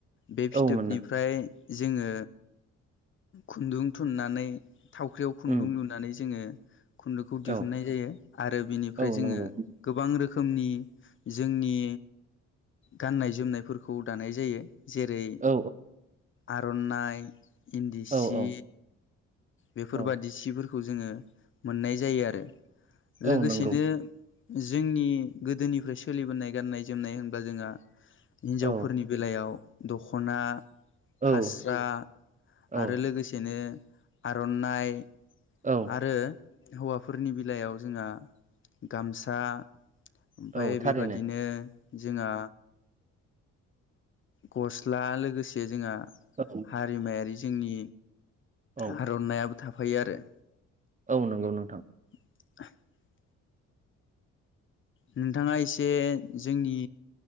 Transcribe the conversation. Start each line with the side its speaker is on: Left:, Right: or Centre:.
Left: बे फिथोबनिफ्राय
Right: औ मोनो
Left: जोङो खुन्दुं थुननानै थावख्रियाव खुन्दुं
Right: उम
Left: लुनानै जोङो खुन्दुंखौ दिहुननाय
Right: औ
Left: जायो आरो बिनिफ्राय
Right: औ
Left: जोङो
Right: नंगौ
Left: गोबां रोखोमनि जोंनि गाननाय जोमनायफोरखौ दानाय जायो जेरै
Right: औ
Left: आर'ननाइ इन्दि सि
Right: औ औ
Left: बेफोरबादि
Right: औ
Left: सिफोरखौ जोङो मोननाय जायो आरो
Right: औ
Left: लोगोसेनो
Right: नंगौ
Left: जोंनि गोदोनिफ्राय सोलिबोनाय गाननाय जोमनाय होनब्ला जोंङा हिनजावफोरनि
Right: औ
Left: बेलायाव दख'ना
Right: औ
Left: फास्रा
Right: औ
Left: आरो लोगोसेनो आर'ननाइ
Right: औ
Left: आरो हौवाफोरनि बिलायाव जोंहा गामसा ओमफाय
Right: औ
Left: बेबादिनो
Right: थारैनो
Left: जोंङा गस्ला लोगोसे जोंङा
Right: औ
Left: हारिमायारि जोंनि
Right: औ
Left: आर'नायाबो थाफायो आरो
Right: औ नंगौ नोंथां
Left: <unintelligible> नोंथाङा इसे जोंनि